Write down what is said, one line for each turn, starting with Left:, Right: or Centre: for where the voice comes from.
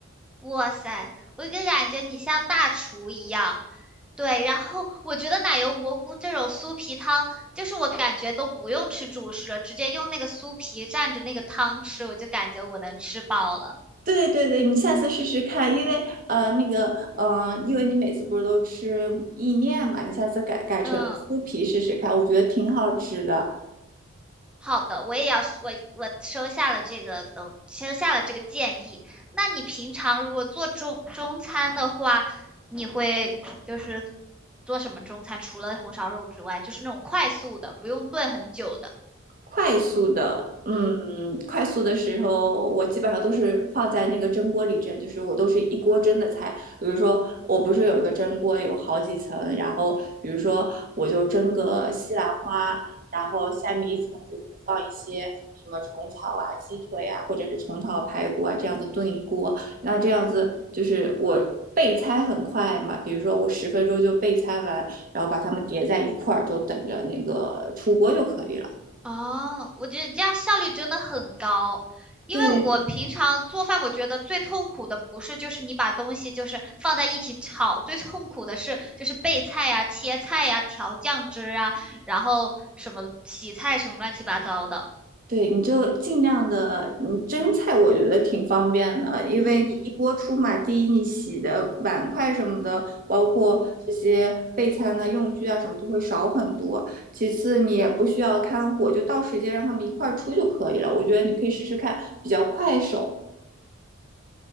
Centre: 哇塞，我就感觉你像大厨一样。对，然后我觉得奶油蘑菇这种酥皮汤，就是我感觉都不用吃主食了，直接用那个酥皮蘸着那个汤吃，我就感觉我能吃饱了。
Right: 对对对，你下次试试看，因为呃那个呃，因为你每次不是都吃意面嘛，你下次改改成酥皮试试看，
Centre: 嗯。
Right: 我觉得挺好吃的。
Centre: 好的，我也要我我收下了这个等，收下了这个建议。那你平常如果做中中餐的话，你会就是做什么中餐？除了红烧肉之外，就是那种快速的，不用炖很久的。
Right: 快速的，嗯，
Centre: 嗯。
Right: 快速的时候，我基本上都是放在那个蒸锅里蒸，就是我都是一锅蒸的菜。比如说，我不是有一个蒸锅，有好几层，然后比如说我就蒸个西兰花，然后下面一层就是放一些什么虫草啊、鸡腿啊，或者是虫草排骨啊，这样子炖一锅。那这样子就是我备菜很快嘛，比如说我十分钟就备菜完，然后把它们叠在一块儿，就等着那个出锅就可以了。
Centre: 哦，我觉得这样效率真的很高，因为我平常做饭，
Right: 对
Centre: 我觉得最痛苦的不是就是你把东西就是放在一起炒，最痛苦的是就是备菜呀、切菜呀、调酱汁啊，然后什么洗菜什么乱七八糟的。
Right: 对，你就尽量的，嗯，蒸菜我觉得挺方便的，因为你一锅出嘛，
Centre: 嗯，
Right: 第一你洗的碗筷什么的，包括这些备餐的用具啊什么，就会少很多。其次你也不需要看火，就到时间让他们一块儿出就可以了。我觉得你可以试试看，比较快手。